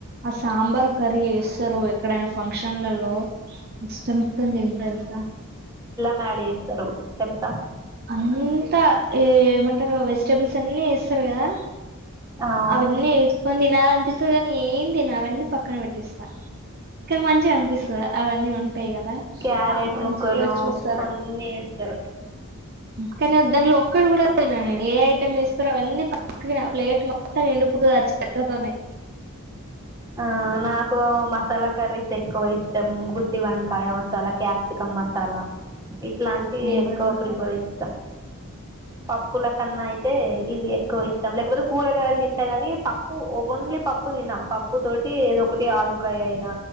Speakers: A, on the right; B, on the right.
A: ఆ సాంబార్ కరీ ఎసరుయి ఎక్కడైనా ఫంక్షన్లలో ఇష్టంస్తుంది ఇంత తెలుస
B: మ ఎస్తరు తెసా
A: అంతా ఏ ఏమంటారు వెజిటేబుల్స్ అన్నిీ ారు కదా
B: అవును
A: అవన్నీ వేసుకొని తిన స్తగాని ఏం తిని అవన్నీ పక్కన పెట్టిస్తాను ఇక్కడ మంచిగా అనిపిస్త అవన్నీ ఉంటాయి కదా
B: క్యారెట్
A: సాంబ్రం మంచి
B: ముక్కలు
A: టేస్ట్ వస్తుంది
B: అన్నీ వేస్తారు
A: కానీ దాంట్లో ఒక్కడు కూడా తిన నేను ఏ ఐటమ్ వేస్తారో అవన్నీ పక్కకి ప్లేట్ మొత్తాన్ని నిండిపోతుంది ఆ చెత్తతోనే
B: ఆ నాకు మ తలా కర్రీస్ ఎక్కువ ఇష్టం గు టి వంకాయ మసాలా క్యాప్సకమ్ మసాలా చాలా ఇట్లాంటివి
A: నేను
B: ఎక్కువ
A: కూడా తింటా
B: ప్రిఫర్ అద్దా పప్పుల కన్నా అయితే ఇవి ఎక్కువ ఇష్ ఇష్టం లేకపోతే కూరగాయలు తింటా కాని పప్పు న్లీ పప్పు తిన పప్పు తోటి ఏదో ఒకటి ఆలు ఫ్రై అయినా